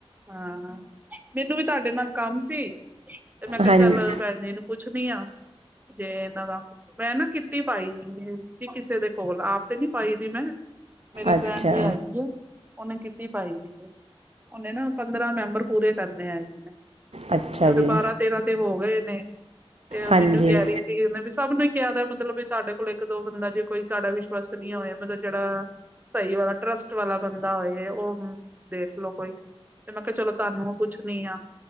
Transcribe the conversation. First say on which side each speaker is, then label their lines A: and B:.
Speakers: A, on the right (about 15°); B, on the right (about 85°).
A: ਹਾਂ ਮੈਨੂੰ ਵੀ ਤੁਹਾਡੇ ਨਾਲ ਕੰਮ ਸੀ ਤੇ ਮੈਂ ਕਿਹਾ
B: ਹਾਂਜੀ
A: ਚੱਲ ਭੈਣ ਜੀ ਨੂੰ ਪੁੱਛਣੀ ਆ। ਜੇ ਇਹਨਾਂ ਦਾ ਮੈਂ ਨਾ ਕਿੱਟੀ ਪਾਈ ਸੀ ਕਿਸੇ ਦੇ ਕੋਲ ਆਪ ਤੇ ਨੀ ਪਾਈ ਦੀ ਮੈਂ। ਮੇਰੀ
B: ਅੱਛਾ
A: ਫਰੈਂਡ ਵੀ ਹੈਗੀ ਆ ਉਹਨੇ ਕਿੱਟੀ ਪਾਈ ਦੀ ਉਹਨੇ ਨਾ ਪੰਦਰਾਂ ਮੈਂਬਰ ਪੂਰੇ ਕਰਨੇ ਹੈਗੇ ਨੇ
B: ਅੱਛਾ
A: ਤੇ ਉਹ
B: ਜੀ
A: ਦੇ ਬਾਰਾਂ ਤੇਰਾਂ ਤੇ ਹੋ ਗਏ ਨੇ ਤੇ
B: ਹਾਂਜੀ
A: ਮੈਨੂੰ ਕਹਿ ਰਹੀ ਸੀ ਉਹੇ ਵੀ ਸਭ ਨੂੰ ਕਿਹਾ ਮਤਲਬ ਵੀ ਤੁਹਾਡੇ ਕੋਲ ਇੱਕ ਦੋ ਬੰਦਾ ਜੇ ਕੋਈ ਤੁਹਾਡਾ ਵਿਸ਼ਵਾਸ ਨੀ ਆ ਹੋਇਆ ਮਤਲਬ ਜਿਹੜਾ ਸਹੀ ਵਾਲਾ ਟਰਸਟ ਵਾਲਾ ਬੰਦਾ ਹੋਏ ਉਹ ਦੇਖਲੋ ਕੋਈ ਤੇ ਮੈਂ ਕਿਹਾ ਚਲੋ ਤੁਹਾਨੂੰ ਪੁੱਛਣੀ ਆ